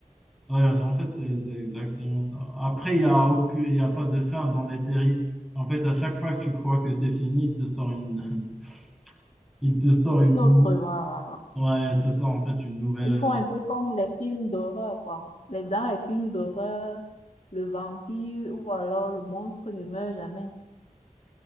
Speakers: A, in the centre; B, on the left.
A: Ouais, en fait, c'est c'est exactement ça. Après, il n'y a, aucune- il y a pas de fin dans les séries. En fait, à chaque fois que tu crois que c'est fini, il te sort une... <laughs> il te sort une...
B: Une autre, voilà, voilà.
A: Ouais, il te sort en fait une nouvelle...
B: Ils font un peu comme les films d'horreur, quoi. Les dans les films d'horreur, le vampire ou alors le monstre ne meurt jamais.